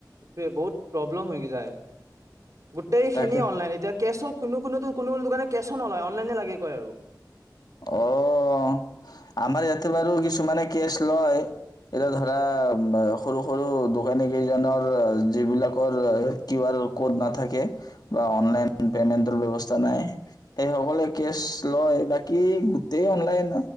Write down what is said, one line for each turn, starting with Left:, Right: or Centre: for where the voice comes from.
Right: এ বহুত প্ৰব্লেম হৈ যায়। গোটেই
Left: তাকে
Right: খিনি অনলাইন এতিয়া কেছো কোনো কোনোতো কোনো কোনো দোকানে কেছো নলয় অনলাইনে লাগে কয় আৰু
Left: অ আমাৰ ইয়াতে বাৰু কিছুমানে কেছ লয়। এতিয়া ধৰা সৰু সৰু দোকানী কেইজনৰ যিবিলাকৰ কিউ আৰ ক'ড নাথাকে। বা
Right: হয়
Left: অনলাইন
Right: হয়
Left: পেমেন্টৰ ব্যৱস্থা নাই। সেই সকলে কেছ লয় বা কে <inaudible> তে অনলাইন